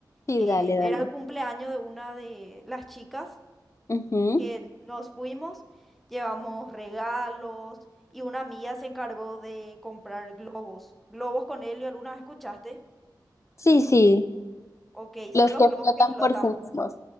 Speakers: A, on the left (about 40°); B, in the centre.
A: Sí,
B: Eh,
A: dale, dale.
B: era el cumpleaños de una de las chicas
A: Ujú.
B: que nos fuimos, llevamos regalos y una amiga se encargó de comprar globos. Globos con helio, ¿alguna vez escuchaste?
A: Sí, sí,
B: Ok,
A: los
B: son los
A: que
B: globos
A: flotan
B: que flotan.
A: por sí mismos.